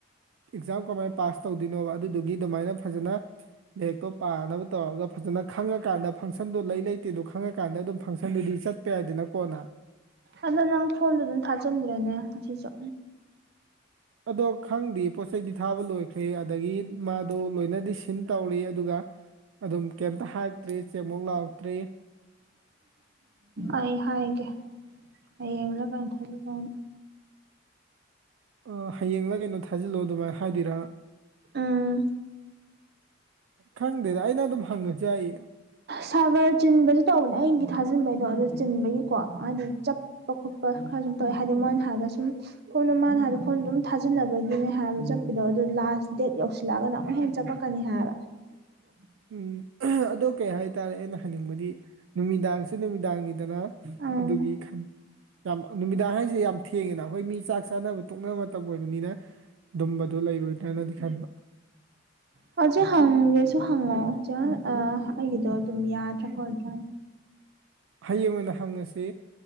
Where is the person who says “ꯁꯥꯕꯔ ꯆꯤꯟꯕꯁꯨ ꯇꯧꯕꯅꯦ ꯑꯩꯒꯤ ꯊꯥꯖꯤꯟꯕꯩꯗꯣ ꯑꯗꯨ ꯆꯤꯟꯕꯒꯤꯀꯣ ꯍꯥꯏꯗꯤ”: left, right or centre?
Right